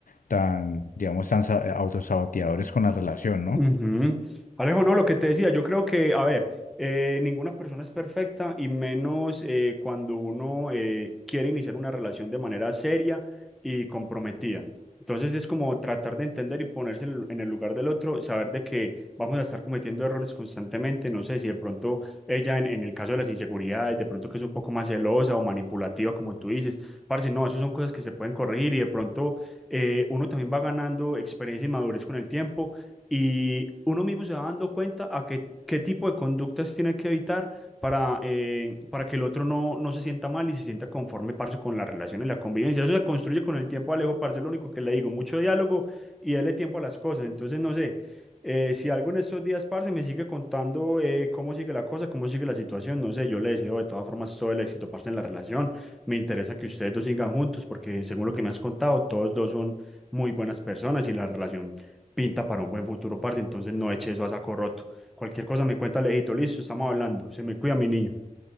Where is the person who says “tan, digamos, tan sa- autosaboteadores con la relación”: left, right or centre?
Left